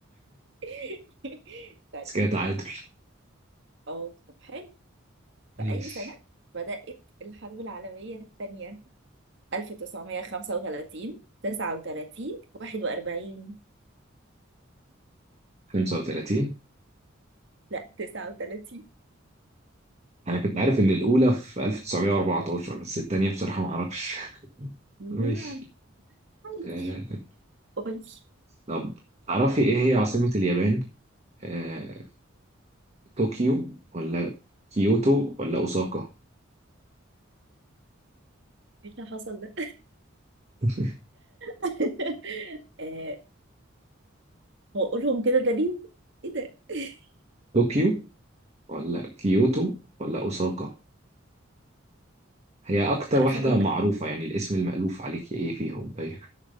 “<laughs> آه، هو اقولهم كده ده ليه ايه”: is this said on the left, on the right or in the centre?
Right